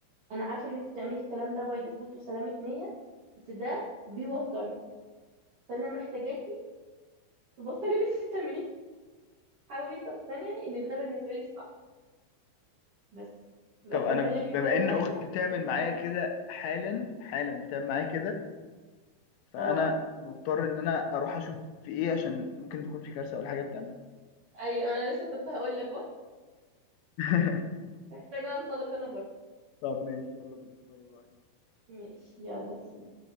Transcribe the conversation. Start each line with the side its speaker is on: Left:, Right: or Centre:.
Right: انا عارفه ان انت بتعملي الكلام ده باي ديفولت وسلامه نيه بس ده بيوترني فانا محتاجاكي تبطلي اللي انت بتعمليه حاولي تقتنعي ان ده بالنسبه لي الصح بس بكمل
Left: طب انا
Right: لك حكايه
Left: بما ان
Right: تانية
Left: اختي بتعمل
Right: بس المره
Left: معايا كده حالا حالا بتعمل معايا كده فانا
Right: اه
Left: مضطر ان انا اروح اشوف في ايه عشان ممكن تكون في كارثه ولا حاجه بتعملها
Right: اي انا لسه كنت هقول لك بقى
Left: <laughs>
Right: محتاجه انطلق انا برضه
Left: طب ماشي يلا بينا باي باي
Right: ماشي يلا سي